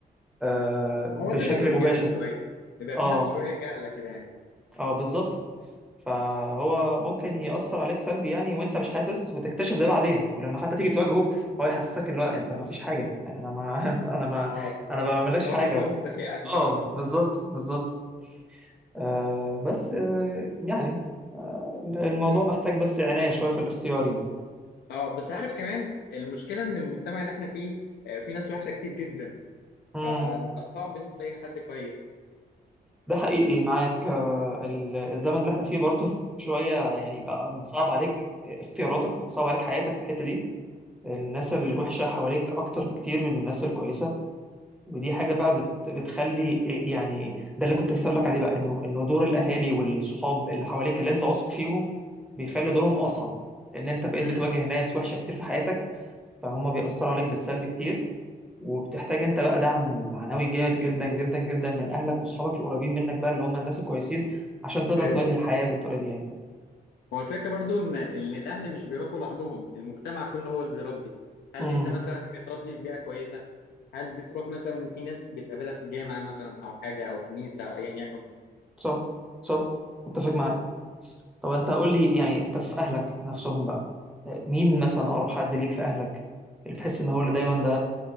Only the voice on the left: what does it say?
هو
ده بيبقى من
جهل شويه بيبقى
في ناس شويه جهله كده يعني
اه
صباح
الفل <laughs> ده يعني
امم
اه بس عارف كمان المشكله ان المجتمع اللي احنا فيه آه، في ناس وحشه كتير جدا
فانت صعب ان انت تلاقي حد كويس
امم
امم
ايوه
هو الفكرة برضو إن إن الأهل مش بيربوا لوحدهم المجتمع كله هو اللي بيربي هل
أنت مثلا متربي في بيئة كويسة هل بتروح مثلا في ناس بتقابلها في الجامعة مثلا أو حاجة أو كنيسة أو أيا يكن